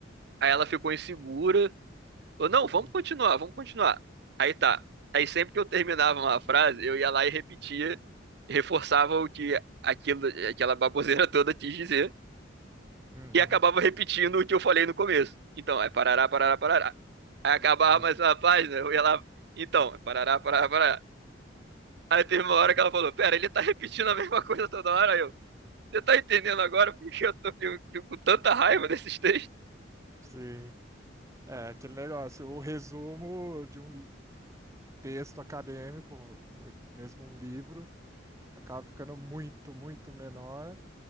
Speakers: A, on the right; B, on the right.
A: Aí ela ficou insegura, Falou, não,
B: hum,
A: vamos continuar, vamos continuar. Aí tá. Aí sempre que eu terminava uma frase, eu ia lá e repetia, reforçava o que aquilo, aquela baboseira toda quis dizer,
B: uhum,
A: e acabava repetindo o que eu falei no começo. Então, é parará, parará, parará. Aí acabava
B: jus-
A: mais uma página, eu ia lá, então, é parará, parará, parará. Aí teve uma hora que ela falou, pera, ele tá repetindo a mesma coisa toda hora, Aí eu. Você tá entendendo agora porque eu tô fico, fico com tanta raiva desses textos?
B: sim. É aquele negócio, o resumo de um, texto acadêmico, ou mesmo um livro, acaba ficando muito, muito menor.